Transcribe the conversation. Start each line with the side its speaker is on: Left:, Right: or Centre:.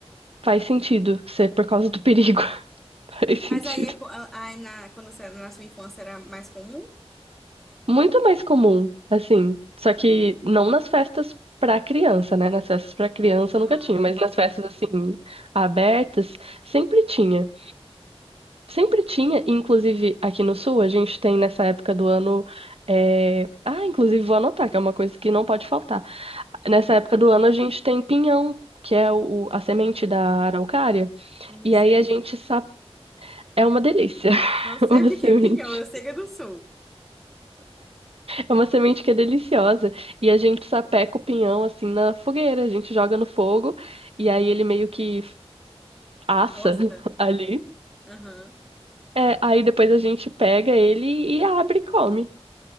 Right: faz sentido ser por causa do perigo. <laughs> Faz sentido.
Centre: Mas aí, é, co- aí na, quando você, na sua infância era mais comum?
Right: Muito mais comum, assim. Só que não nas festas pra criança, né? Nas festas pra criança
Centre: Ah,
Right: nunca tinha, mas
Centre: tá.
Right: nas festas, assim, abertas, sempre tinha. Sempre tinha, e, inclusive aqui no Sul, a gente tem nessa época do ano. é, Ah, inclusive vou anotar, que é uma coisa que não pode faltar. Nessa época do ano, a gente tem pinhão, que é o... a semente da araucária.
Centre: Não
Right: E
Centre: sei.
Right: aí a gente sabe. É uma delícia,
Centre: Não
Right: <laughs>
Centre: sei
Right: uma
Centre: o que
Right: semente.
Centre: que é pinhão, eu sei que é do sul.
Right: É uma semente que é deliciosa. E a gente sapeca o pinhão assim na fogueira. A gente joga no fogo e aí ele meio que assa
Centre: Gosta?
Right: <laughs> ali.
Centre: Aham.
Right: É, aí depois a gente pega ele e abre e come.